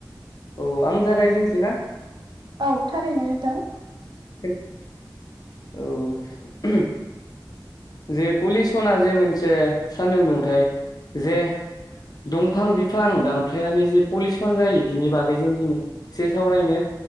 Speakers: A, on the left; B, on the right.
A: औ आं जागायजेनैसै ना?
B: औ थारैनो नोंथां,
A: <unintelligible> औ जे पलिउसना जे मोनसे सानदुं दुंथाय जे, दंफां बिफां दामफ्लायनानै जे पलिउसन जायो बिनि बागै जों दिनै, एसे सावरायनो